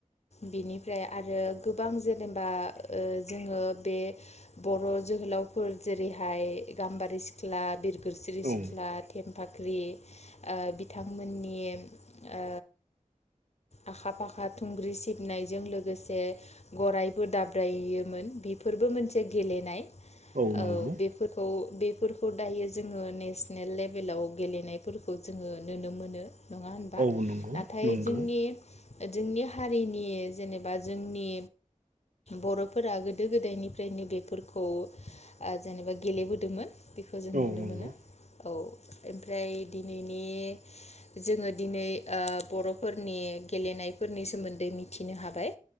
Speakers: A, on the left; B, on the right.
A: बिनिफ्राय आरो गोबां जेब जेनबा ओ जोङो बे बर' जोहोलावफोर जेरैहाय गाम्बारि सिख्ला बिर गोरस्रि
B: औ
A: सिख्ला थेंफाख्रि ओ बिथांमोननि ओ आखा-फाखा थुंग्रि सिबनायजों लोगोसे गरायबो दाब्रायोमोन बेफोरबो मोनसे गेलेनाय
B: औ नंगौ
A: ओ बेफोरखौ बेफोरखौ दायो जोङो नेसनेल लेभेलाव गेलेनाय फोरखौ जोङो नुनो मोनो नङा होनबा
B: औ नंगौ
A: नाथाय
B: नंगौ
A: जोंनि जोंनि हारिनि जेनेबा जोंनि बर'फोरा गोदो गोदायनिफ्रायनो बेफोरखौ ओ जेनेबा गेलेबोदोंमोन बेखौ जों
B: औ
A: नुनो
B: नंगौ
A: मोनो औ ओमफ्राय दिनैनि जोङो दिनै ओ बर'फोरनि गेलेनायफोरनि सोमोन्दै मिथिनो हाबाय